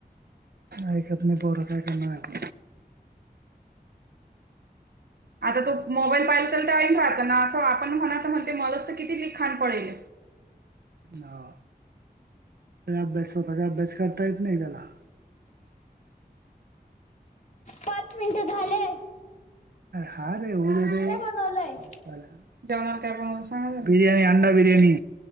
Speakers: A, on the right; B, on the left.
A: ऐकत नाही पोर बर काय. आता तो मोबाईल पाहिल कल तर आईन राहत ना असं आपण म्हणा तर म्हणते मलाच तर किती लिखाण पडेल. हो अभ्यास कसा अभ्यास करता येत नाही त्याला.
B: पाच मिनिट झालेय.
A: हार होऊ दे रे.
B: बनवलंय
A: जेवणाला काय बनवणार सांगा त्याला बिर्याणी अंडा बिर्याणी.